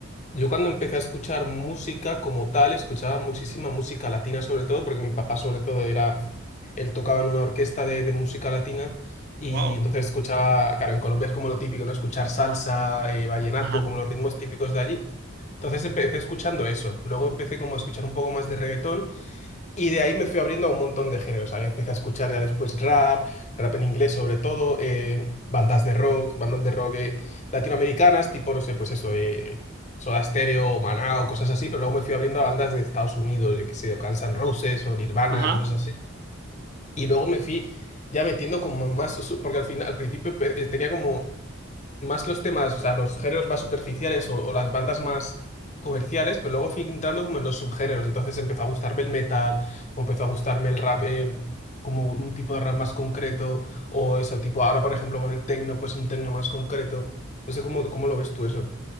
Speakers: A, on the left; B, on the right.
A: Yo cuando empecé a escuchar música como tal, escuchaba muchísima música latina sobre todo, porque mi papá sobre todo era, él tocaba en una orquesta de, de música latina y
B: Wow.
A: entonces escuchaba, claro, en Colombia es como lo típico, ¿no? Escuchar salsa, eh, vallenato,
B: Ajá.
A: como los ritmos típicos de allí. Entonces empecé escuchando eso. Luego empecé como a escuchar un poco más de reggaetón y de ahí me fui abriendo a un montón de géneros. Ahí empecé a escuchar ya después rap, rap en inglés sobre todo, eh, bandas de rock, bandas de rock eh, latinoamericanas, tipo, no sé, pues eso, eh, Soda Stereo, Maná o cosas así, pero luego me fui abriendo a bandas de Estados Unidos, yo qué sé, o Guns N' Roses o Nirvana,
B: Ajá.
A: cosas así. Y luego me fui ya metiendo como en más, su- porque al final, al principio pe- eh, tenía como más los temas, o sea, los géneros más superficiales o, o las bandas más comerciales, pero luego fui entrando como en los subgéneros. Entonces empezó a gustarme el metal, o empezó a gustarme el rap, eh, como un tipo de rap más concreto, o eso, tipo ahora, por ejemplo, con el techno pues un techno más concreto. No sé cómo, cómo lo ves tú eso.